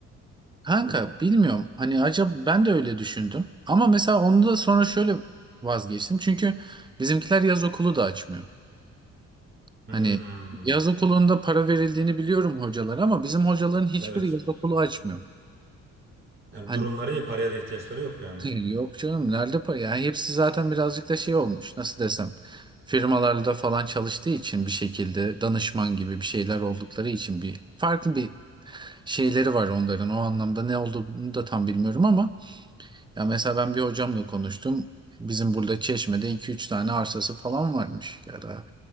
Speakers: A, on the right (about 15°); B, on the right (about 40°).
A: Kanka bilmiyorum. Hani acaba ben de öyle düşündüm. Ama mesela onu da sonra şöyle vazgeçtim. Çünkü bizimkiler yaz okulu da açmıyor.
B: Hmm.
A: Hani yaz okulunda para verildiğini biliyorum hocalar ama bizim hocaların hiçbiri
B: Evet.
A: yaz okulu açmıyor.
B: Yani
A: Hani
B: durumları iyi. Paraya da ihtiyaçları yok yani.
A: <laughs> yok canım nerede para? Yani hepsi zaten birazcık da şey olmuş. Nasıl desem? Firmalarda falan çalıştığı için bir şekilde danışman gibi bir şeyler oldukları için bir farklı bir şeyleri var onların. O anlamda ne olduğunu da tam bilmiyorum ama Ya mesela ben bir hocamla konuştum. Bizim burada Çeşme'de iki üç tane arsası falan varmış ya da